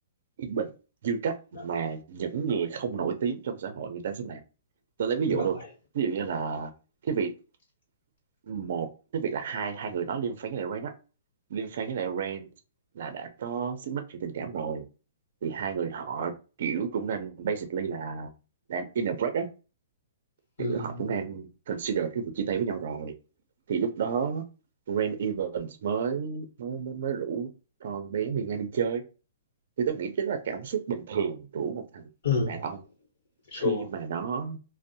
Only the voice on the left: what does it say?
đ
đồng
ý.
Ừm,
ừm,
sure,